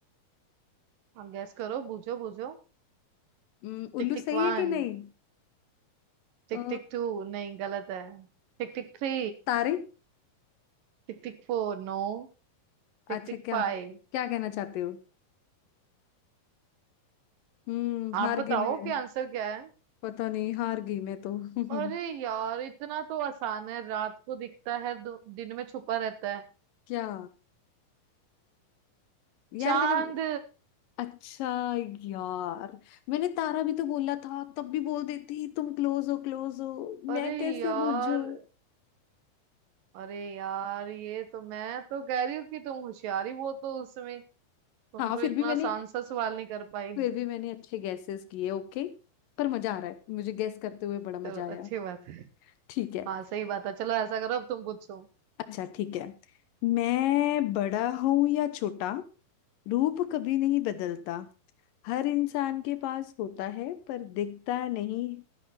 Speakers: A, on the right; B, on the left.
A: आप गैस करो बूझो बूझो
B: हम्म,
A: Tick
B: उल्लू
A: tick
B: सही
A: one
B: है कि नहीं
A: Tick
B: अ,
A: tick two नहीं गलत है Tick tick three
B: तारे
A: Tick tick four no Tick
B: अच्छा
A: tick
B: क्या
A: five
B: क्या कहना चाहते हो हम्म
A: आप
B: हार
A: बताओ
B: गई मैं
A: कि आंसर क्या है
B: पता नहीं हार गई मैं तो
A: अरे
B: <laughs>
A: यार इतना तो आसान है रात को दिखता है दो- दिन में छुपा रहता है
B: क्या यार
A: चांद
B: मैंने अच्छा यार मैंने तारा भी तो बोला था तब भी बोल देती तुम क्लोज हो क्लोज हो
A: अरे
B: मैं कैसे
A: यार
B: बूझू
A: अरे यार ये तो मैं तो कह रही हूँ कि तुम होशियारी बहुत हो उसमें तुम
B: हाँ
A: तो
B: फिर
A: इतना
B: भी मैंने
A: आसान सा सवाल नहीं कर पाई
B: फिर भी मैंने अच्छे गैसेस किए ओके पर मजा आ रहा है मुझे गैस करते हुए बड़ा मजा
A: चलो
B: आया
A: अच्छी बात है
B: ठीक है
A: हाँ सही बात है चलो ऐसा करो अब तुम पूछो
B: अच्छा ठीक है मैं बड़ा हूं या छोटा रूप कभी नहीं बदलता हर इंसान के पास होता है पर दिखता नहीं